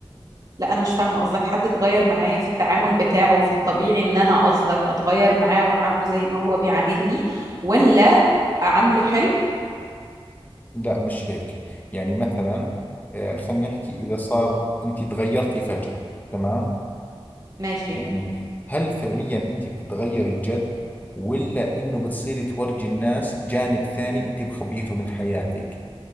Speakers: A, on the right; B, on the left.
A: لا انا مش فاهمه قصدك حد اتغير معايا في التعامل بتاعه فالطبيعي ان انا قصدك اتغير معاه واعامله زي ما هو بيعاملني ولا اعامله حلو
B: لا مش هيك يعني مثلا آه، خلينا نحكي إذا صار أنت تغيرتي فجأة تمام
A: ماشي
B: يعني هل فعليا أنت بتتغيري جد ولا إنه بتصيري تورجي الناس جانب ثاني أنت مخبيته من حياتك